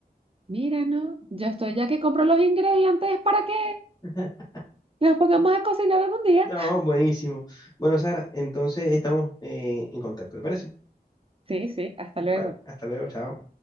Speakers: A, on the right; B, on the left.
A: Mira, ¿no? Yo estoy ya que compro los ingredientes para que
B: <laughs>
A: nos pongamos a cocinar algún día.
B: No, buenísimo. Bueno, Sara, entonces estamos eh, en contacto, ¿te parece?
A: Sí, sí, hasta luego.
B: Vale, hasta luego, chao.